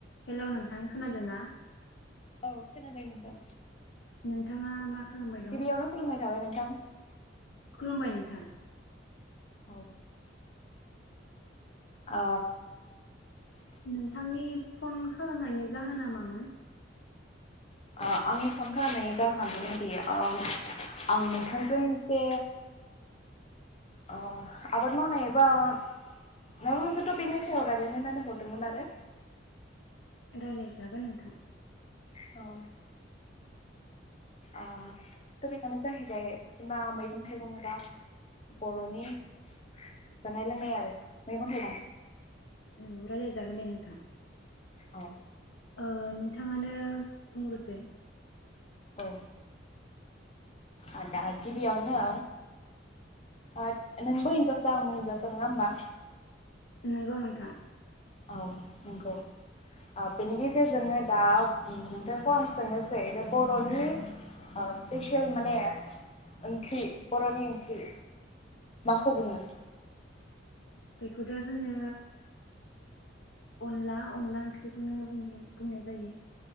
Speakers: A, on the left; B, on the left.
A: Hello नोंथां खोनादों ना?
B: औ खोनादों नोंथां।
A: नोंथाङा मा खालामबाय दं
B: गिबियावनो खुलुमनाय थाबाय नों थां।
A: खुलुमबाय नोंथां।
B: औ। अ।
A: नोंथांनि फन खालामनायनि जाहोना मामोन?
B: ओ आंनि फन खालामनायनि जाहोना बेनोदि ओ आं नोंथांजों इसे ओ आबाद मावनाय एबा माबा मोनसे टपिकनि सायाव रायलायनो होननानै हरदोंमोन आरो।
A: रायलायजागोन नोंथां
B: औ। ओ टपिकआनो जाहैबाय जेनबा मैगं थाइगं एबा बर'नि जानाय लोंनाय आरो मैगं थाइगं।
A: औ रायलाय जागोन दे नोंथां।
B: अ।
A: ओ नोंथाङानो बुंग्रोदो।
B: औ आ दा गिबियावनो ओथ नोंबो हिनजावसा आंबो हिनजावसा नङा होमबा।
A: नंगौ नोंथां।
B: औ नंगौ ओ बेनि गेजेरजोंनो उम दा नोंथांखौ आं सोंनोसै दा बर'नि ओ स्पेसियेल माने ओंख्रि बर'नि ओंख्रि माखौ बुङो?
A: बेखौथ जोङो अनला अनला ओंख्रिखौनो बुं बुंनाय जायो।